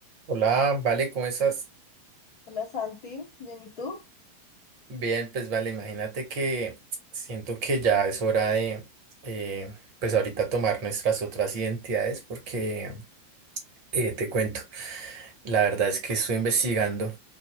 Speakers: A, on the right; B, on the left.
A: Hola, vale, ¿cómo estás?
B: Hola Santi, bien, ¿y tú?
A: Bien, pues vale, imagínate que siento que ya es hora de, eh, pues ahorita tomar nuestras otras identidades porque eh, te cuento, la verdad es que estoy investigando.